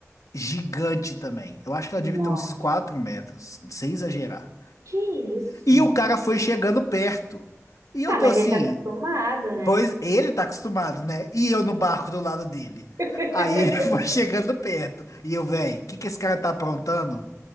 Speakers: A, on the left (about 85°); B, on the right (about 80°).
A: gigante também. Eu acho que ela devia
B: Nossa,
A: ter uns 4 metros, sem exagerar.
B: que isso?
A: E o cara foi chegando perto. E eu
B: Ah,
A: tô
B: mas
A: assim,
B: ele tá acostumado, né?
A: pois ele tá acostumado, né? E eu no barco do lado dele.
B: <laughs>
A: Aí ele <laughs> foi chegando perto. E eu, véi, o que que esse cara tá aprontando?